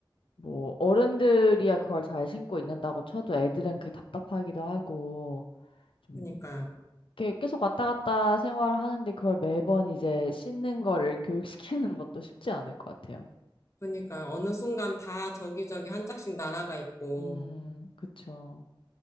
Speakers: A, on the left; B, on the left.
A: 뭐 어른들이야 그걸 잘 신고 있는다고 쳐도 애들은 그게 답답하기도 하고 좀
B: 그러니까요.
A: 이렇게 계속 왔다 갔다 생활하는데 그걸 매번 이제 신는 거를 <laughs> 교육시키는 것도 쉽지 않을 것 같아요.
B: 그러니까 어느 순간 다 저기저기 한 짝씩 날아가 있고,
A: 음, 그쵸.